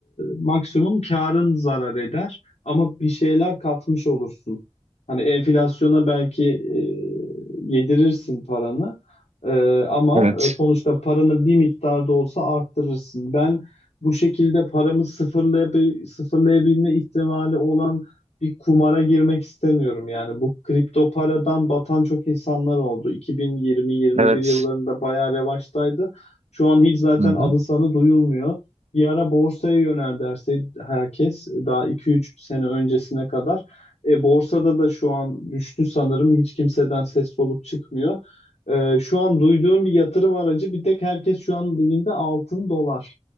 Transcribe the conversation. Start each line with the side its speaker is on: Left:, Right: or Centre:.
Left: maksimum karın zarar eder ama bir şeyler katmış olursun. Hani enflasyona belki e, yedirirsin paranı E, ama
Right: Evet.
Left: e, sonuçta paranı bir miktar da olsa arttırırsın. Ben bu şekilde paramı sıfırlayabil sıfırlayabilme ihtimali olan bir kumara girmek istemiyorum. Yani bu kripto paradan batan çok insanlar oldu. 2020-21
Right: Evet.
Left: yıllarında bayağı revaçtaydı. Şu an hiç zaten
Right: Hı hı.
Left: adı sanı duyulmuyor. Bir ara borsaya yönel derse herkes daha 2-3 sene öncesine kadar. E, borsada da şu an düştü sanırım. Hiç kimseden ses soluk çıkmıyor. E, şu an duyduğum bir yatırım aracı bir tek herkes şu an dilinde altın dolar.